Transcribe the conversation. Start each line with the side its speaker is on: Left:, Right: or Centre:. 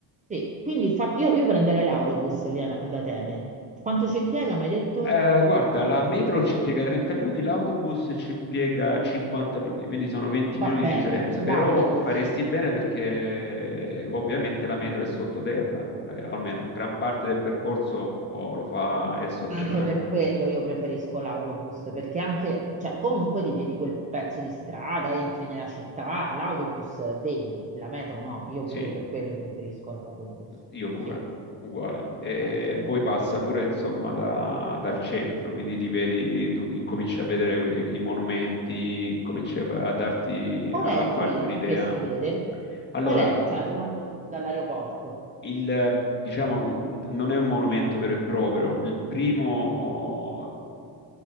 Right: Sì, quindi fa- io, io prenderei l'autobus lì a- ad Atene. Quanto ci impiega, mi hai detto?
Left: Eh, guarda, la metro ci impiega 30 minuti, l'autobus ci impiega 50 minuti, quindi sono 20 minuti
Right: Va
Left: di
Right: bene,
Left: differenza, però
Right: l'autobus.
Left: faresti bene perché eh, ovviamente la metro è sottoterra, eh, almeno gran parte del percorso oh, lo fa, è sotterraneo.
Right: Anche per quello io preferisco l'autobus, perché anche, cioè comunque ti vedi quel pezzo di strada, entri nella città, l'autobus vedi, la metro no, io
Left: Sì,
Right: pure per quello preferisco l'autobus.
Left: io pure,
Right: Sì.
Left: uguale. E
Right: Eh,
Left: poi passa pure insomma da- dal centro, quindi ti vedi, tu incominci a vedere que- i monumenti, cominci a, a darti,
Right: Qual
Left: a
Right: è
Left: a
Right: il
Left: farti
Right: primo
Left: un'idea.
Right: che si vede?
Left: Allora,
Right: Qual è il, cioè arrivando dall'aeroporto?
Left: il, diciamo, l- non è un monumento vero e proprio. Il primo, oh,